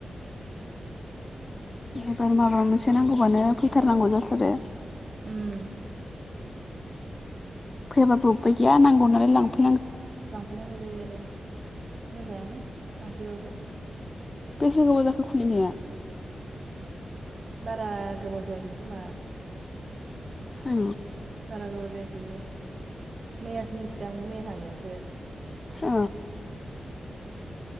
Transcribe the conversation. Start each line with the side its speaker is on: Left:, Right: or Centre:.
Right: मा
Left: एबार
Right: जायो
Left: माबा मोनसे नांगौबानो फैथारनांगौ जाथारो-
Right: उम-
Left: फैयाबा बबबाय गैया नांगौ नालाय लांफै-
Right: लांफैनांगौ जायो आरो मोजाङानो लांफैबाबो-
Left: बेैसा गोबाव जाखो खुलिनाया?
Right: बारा गोबाव जायाखै खोमा-
Left: औ
Right: बारा गोबाव जायाखैयो मैयासो मिथिदों आंबो मैया थांनायावसो
Left: अ